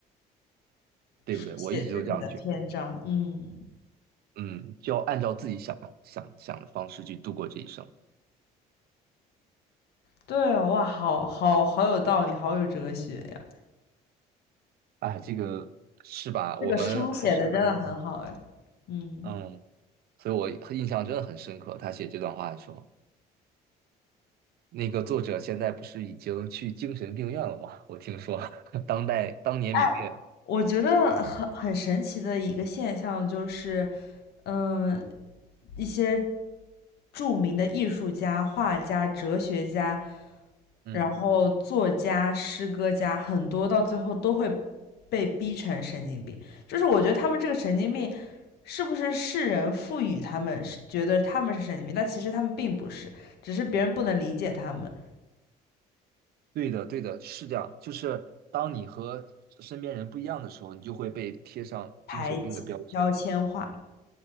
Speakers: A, on the right; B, on the left.
A: 对不对？
B: 书写自己的篇章，
A: 我一直都这样觉得，
B: 嗯，
A: 嗯，就要按照自己想想想的方式去度过这一生。
B: 对哦，哇，好好好有道理，好有哲学呀。
A: 哎，这个是吧？
B: 这个书写的真的很好哎，
A: 我们还是可能，
B: 嗯。
A: 嗯，所以我印象真的很深刻。他写这段话的时候，那个作者现在不是已经去精神病院了吗？我听说 <laughs> 当代当年明月。
B: 哎我觉得很很神奇的一个现象就是，嗯、一些著名的艺术家、画家、哲学家，
A: 嗯。
B: 然后作家、诗歌家，很多到最后都会被逼成神经病。就是我觉得他们这个神经病，是不是世人赋予他们是觉得他们是神经病，但其实他们并不是，只是别人不能理解他们，
A: 对的，对的，是这样。就是当你和身边人不一样的时候，你就会被贴上精神病的标签。
B: 排挤、标签化。